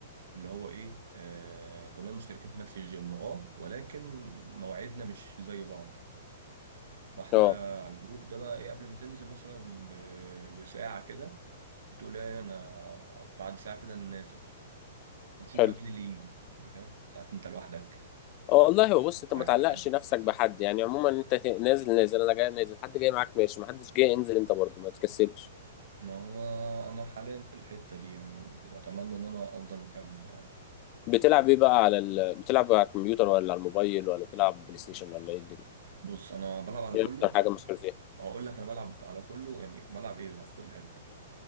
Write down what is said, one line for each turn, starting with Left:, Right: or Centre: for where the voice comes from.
Right: اللي هو ايه آه كلنا مشتركين في نفس الجيم اه ولكن مواعيدنا مش زي بعض فاحنا
Left: اه
Right: على الجروب ده بقى ايه قبل ما تنزل مثلا ب- بساعة كده بتقول ايه انا بعد ساعه كده انا نازل وتشوف
Left: حلو
Right: بقى مين اللي يجي يعني فاهم ساعات انت لوحدك
Left: اه والله هو
Right: يعني
Left: بص انت
Right: معاك
Left: ما تعلقش
Right: حد
Left: نفسك بحد يعني عموما انت نازل نازل انا جاي نازل حد جاي معاك ماشي ما حدش جاي انزل انت برضه ما تكسلش
Right: ما هو انا حاليا في الحته دي يعني واتمنى ان انا افضل مكمل يعني
Left: بتلعب ايه بقى على ال... بتلعب على الكمبيوتر ولا على الموبايل ولا بتلعب بلاي ستيشن ولا ايه الدنيا
Right: بص انا بلعب على
Left: ايه
Right: كله
Left: اكتر حاجه مسؤول فيها
Right: هقول لك انا بلعب على كله يعني بلعب ايه بقى في كل حته